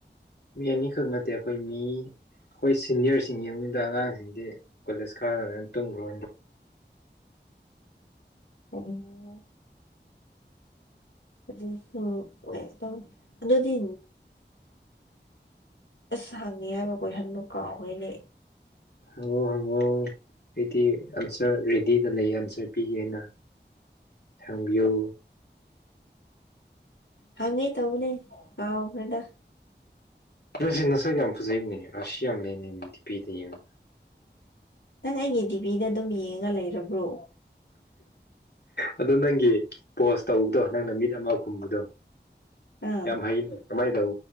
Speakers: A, on the left; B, on the left.
A: ꯃꯤ ꯑꯅꯤꯈꯛ ꯅꯠꯇꯦ ꯑꯩꯈꯣꯏ ꯃꯤ ꯑꯩꯈꯣꯏ ꯁꯤꯅꯤꯌꯔꯁꯤꯡ ꯌꯦꯡꯕꯗ ꯑꯉꯥꯡꯁꯤꯡꯗꯤ ꯀꯣꯂꯦꯖ ꯀꯥꯔꯗꯅꯤꯅ ꯇꯨꯝꯈ꯭ꯔꯣ
B: ꯑꯣꯝ ꯑ ꯑꯗꯨꯣꯗꯤ ꯑꯁ ꯍꯪꯉꯤ ꯍꯥꯏꯕꯈꯣꯏ ꯍꯟꯗꯨ ꯀꯥꯎꯋꯦꯅꯦ
A: ꯑꯣ ꯍꯉꯣ ꯑꯩꯗꯤ ꯑꯟꯁꯔ ꯔꯦꯗꯤꯗ ꯂꯩꯌꯦ ꯑꯟꯁꯔ ꯄꯤꯒꯦꯅ ꯊꯝꯕꯤꯌꯨ
B: ꯍꯪꯉꯦ ꯇꯧꯕꯅꯦ ꯑꯕꯗ
A: ꯅꯪꯁꯤ ꯅꯁꯛ ꯌꯥꯝ ꯐꯖꯩꯅꯦ ꯑꯁꯤ ꯌꯥꯝ ꯂꯩꯅꯩꯅꯦ ꯗꯤꯄꯤꯗ ꯌꯦꯡ
B: ꯅꯪ ꯑꯩꯒꯤ ꯤꯚꯤꯗ ꯑꯗꯨꯝ ꯌꯦꯡꯉ ꯂꯩꯔꯕ꯭ꯔꯣ
A: ꯑꯗꯨ ꯅꯪꯒꯤ ꯄꯣꯁ ꯇꯧꯕꯗꯣ ꯅꯪꯅ ꯃꯤꯠ ꯑꯃ ꯈꯨꯝꯕꯗꯣ
B: ꯑꯥ
A: ꯌꯥꯝꯥꯏ ꯀꯃꯥꯏꯗꯧ